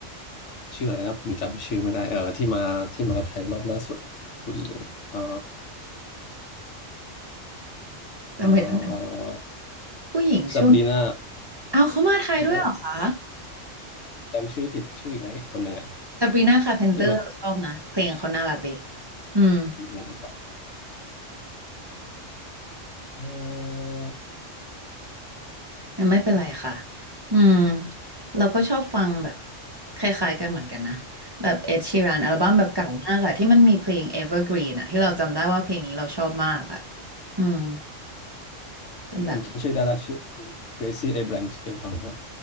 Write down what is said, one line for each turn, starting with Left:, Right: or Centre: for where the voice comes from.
Left: ชื่ออะไรนะผมจำชื่อไม่ได้เออที่มาที่มาไทยรอบล่าสุดผู้หญิงเอ่อ
Right: ทำไมถึง
Left: เอ่อ
Right: ผู้หญิงช่วง
Left: ซาบรีนา
Right: เอาเขามาไทยด้วยเหรอคะ
Left: ไม่ใช่จำชื่อผิดชื่ออีกนะอีกคนหนึ่งอ่ะ
Right: ซาบรีนาคาร์เพนเตอร์เราชอบนะเพลงเขาน่ารักดี
Left: ที่มา
Right: อืม
Left: อืมครับเอ่อ
Right: ยังไม่เป็นไรค่ะอืมเราก็ชอบฟังแบบคล้ายๆกันเหมือนกันนะแบบเอ็ดชีรันอัลบั้มแบบเก่ามากอะที่มันมีเพลง Evergreen อะที่เราจำได้ว่าเพลงนี้เราชอบมากอะอืมเป็นแบบ
Left: ผมจำชื่อได้ละชื่อ Gracie Abrams เคยฟังป่ะ